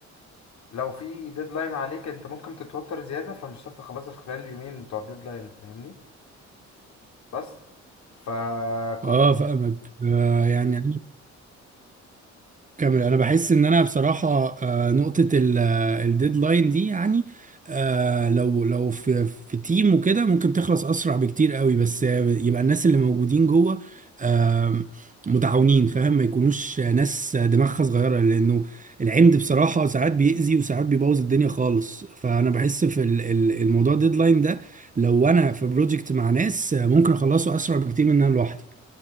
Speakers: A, on the left; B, on the right.
A: لو في ديدلاين عليك انت ممكن تتوتر زيادة فمش هتعرف تخلصها في خلال اليومين بتوع الديدلاين فاهمني بس فكنت
B: اه فاهمك آه، يعني كامل انا بحس ان انا بصراحه آه، نقطه ال- آه، الديدلاين دي يعني آه، لو لو في في تيم وكده ممكن تخلص اسرع بكتير قوي بس آه، يبقى الناس اللي موجودين جوه آم، متعاونين فاهم ما يكونوش ناس دماغها صغيره لانه العند بصراحه ساعات بيأذي وساعات بيبوظ الدنيا خالص فانا بحس في ال- ال- الموضوع الديدلاين ده لو انا في بروجكت مع ناس آه، ممكن اخلصه اسرع بكتير من ان انا لوحدي